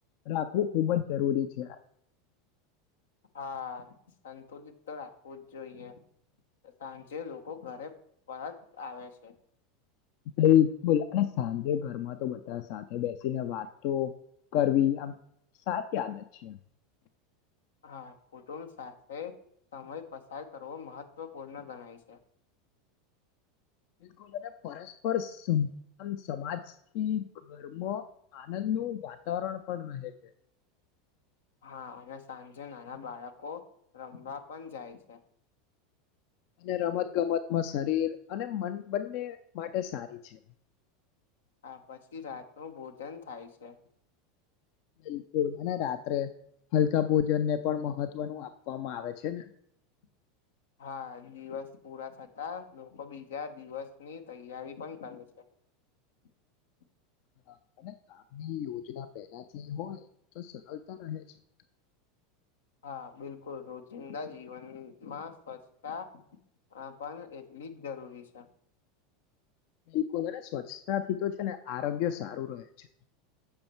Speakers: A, on the left; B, on the left.
A: રાખવું ખૂબ જ જરૂરી છે.
B: હા સંતુલિત તો રાખવું જ જોઈએ. સાંજે લોકો ઘરે પરત આવે છે.
A: બિલકુલ અને સાંજે ઘરમાં તો બધા સાથે બેસીને વાત તો કરવી આમ સાચી આદત છે.
B: હા કુટુંબ સાથે સમય પસાર કરવો મહત્વપૂર્ણ ગણાય છે.
A: બિલકુલ અને પરસ્પર સમ સમાજથી ગર્મ આનંદ નું વાતાવરણ પણ રહે છે.
B: હા અને સાંજે નાના બાળકો રમવા પણ જાય છે.
A: અને રમત ગમતમાં શરીર અને મન બંને માટે સારી છે.
B: હા પછી રાત નું ભોજન થાય છે.
A: બિલકુલ અને રાત્રે હલકા ભોજનને પણ મહત્વનું આપવામાં આવે છે ને.
B: <inaudible> હા દિવસ પૂરા થતા લોકો બીજા દિવસની તૈયારી પણ કરે છે. <unintelligible>
A: હા અને કામની યોજના પહેલાથી હોય તો સરળતા રહે છે.
B: હા બિલકુલ રોજિંદા ની જીવનમાં સ્વચ્છતા આ પણ એટલી જ જરૂરી છે.
A: બિલકુલ અને સ્વચ્છતાથી તો છે ને આરોગ્ય સારું રહે છે.